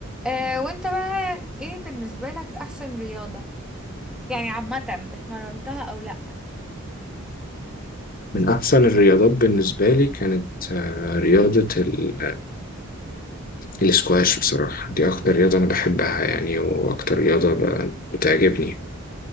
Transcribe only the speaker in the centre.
آه وانت بقى ايه بالنسبة لك احسن رياضة يعني عامة اتمرنتها او لا